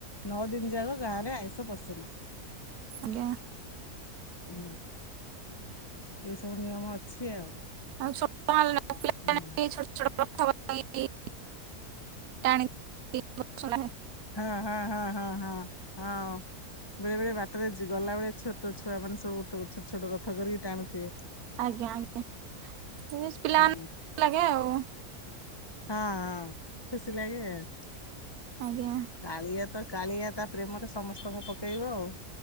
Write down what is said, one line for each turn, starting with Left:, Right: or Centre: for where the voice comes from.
Left: ନଅ ଦିନ ଯାଗ, ଗାଁ ରେ ଆଇଁଷ ପଶେନି।
Right: ଆଜ୍ଞା।
Left: ହୁଁ। ଏଇ ସବୁ ନିୟମ ଅଛି ଆଉ।
Right: ଆଉ <unintelligible> ନ ଥିଲା।
Left: ହୁଁ।
Right: ଛୋଟ ଛୋଟ କଥା <inaudible> ଟାଣି <inaudible> ଶୁଣା ହେ
Left: ହଁ, ହଁ, ହଁ, ହଁ, ହଁ ହଁଅଁ। ବେଳେ ବେଳେ ବାଟରେ ଜି ଗଲାବେଳେ ଛୋଟ ଛୁଆମାନେ, ସବୁ ଗୋଟ ଛୋ ଛୋଟ ଛୋଟ ରଥ କରିକି ଟାଣୁଥିବେ।
Right: ଆଜ୍ଞା, ଆଜ୍ଞା, <unintelligible> ପିଲାମାନଙ୍କୁ
Left: ହଁ
Right: ଲାଗେ ଆଉ।
Left: ହଁ, ହଁ ଖୁସି ଲାଗେ ଆଉ।
Right: ଆଜ୍ଞା।
Left: କାଳିଆ ତ କାଳିଆ ତା ପ୍ରେମରେ ସମସ୍ତଙ୍କୁ ପକେଇବ ଆଉ।